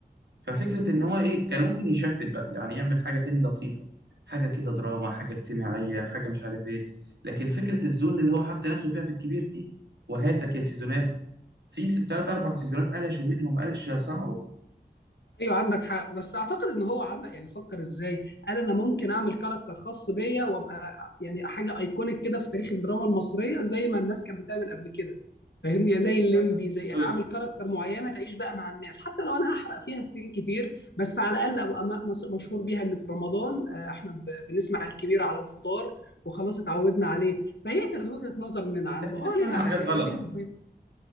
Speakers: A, on the right; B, on the left.
A: ففكرة إن هو إيه كان ممكن يشفت بقى يعني يعمل حاجة تاني لطيفة حاجة كده دراما حاجة اجتماعية حاجة مش عارف إيه لكن فكرة الزون اللي هو حط نفسه فيها في الكبير دي وهاتك يا سيزونات في س- تلات أربع سيزونات قلشوا منهم قلشة صعبة
B: ايوه عندك حق بس اعتقد ان هو عمق يعني فكر ازاي قال انا ممكن اعمل كاركتر خاص بيا وابقى يعني حاجه ايكونيك كده في تاريخ الدراما المصريه زي ما الناس كانت بتعمل قبل كده فاهمني زي الليمبي
A: لا لا
B: زي
A: مش
B: يعني
A: قوي
B: عامل
A: كده
B: كاركتر معينه تعيش بقى مع الناس حتى لو انا هحرق فيها سنين كتير بس على الاقل ابقى م- مس- مشهور بيها ان في رمضان آه، احنا ب- بنسمع الكبير على الفطار وخلاص اتعودنا عليه فهي كانت وجهه نظر من عنده
A: لا في
B: اه
A: ناس فاهمة
B: ليها
A: حاجات
B: يعني
A: غلط
B: ليها